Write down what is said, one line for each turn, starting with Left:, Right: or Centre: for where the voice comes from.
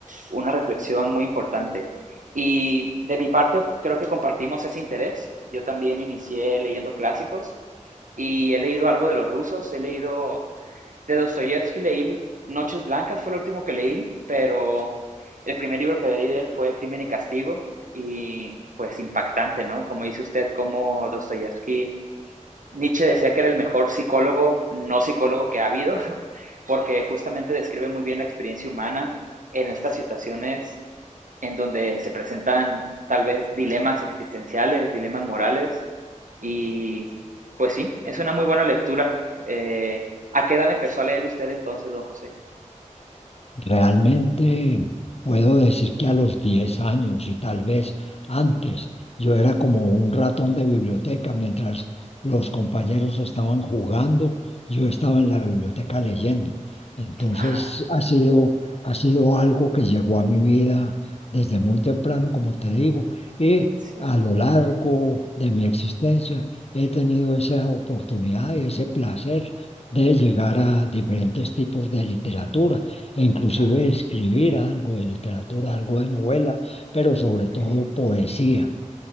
Right: una reflexión muy importante. Y de mi parte, creo que compartimos ese interés. Yo también inicié leyendo clásicos y he leído algo de los rusos, he leído de Dostoyevsky, leí Noches Blancas, fue lo último que leí, pero el primer libro que leí de él fue Crimen y Castigo y pues impactante, ¿no? Como dice usted, como Dostoyevsky, Nietzsche decía que era el mejor psicólogo, no psicólogo que ha habido, <laughs> porque justamente describe muy bien la experiencia humana en estas situaciones en donde se presentan tal vez dilemas existenciales, dilemas morales, y pues sí, es una muy buena lectura. Eh, ¿A qué edad empezó a leer usted entonces, don José?
Left: Realmente puedo decir que a los 10 años y tal vez antes, yo era como un ratón de biblioteca. Mientras los compañeros estaban jugando, yo estaba en la biblioteca leyendo. Entonces
Right: Ah,
Left: ha sido, ha sido algo que llegó a mi vida desde muy temprano, como te digo, y
Right: sí,
Left: a lo largo de mi existencia he tenido esa oportunidad y ese placer de llegar a diferentes tipos de literatura e inclusive
Right: claro,
Left: escribir algo de literatura, algo de novela, pero sobre
Right: ok,
Left: todo poesía.